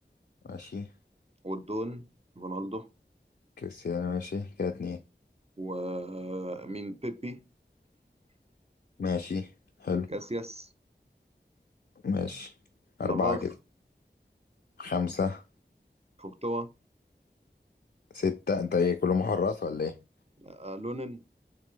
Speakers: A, on the left; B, on the right.
A: ماشي
B: والدون رونالدو
A: كريستيانو ماشي كده اتنين
B: ومين بيبي
A: ماشي حلو
B: كاسياس
A: ماشي اربعة
B: نافاس
A: كده خمسة
B: كورتوا
A: ستة انت ايه كله محرص ولا ايه
B: آه، لونين